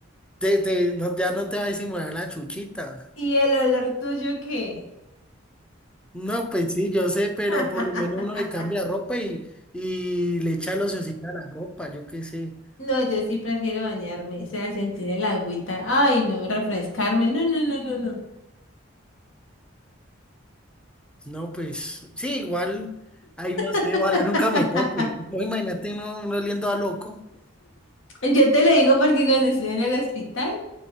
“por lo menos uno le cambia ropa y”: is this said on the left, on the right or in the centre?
Centre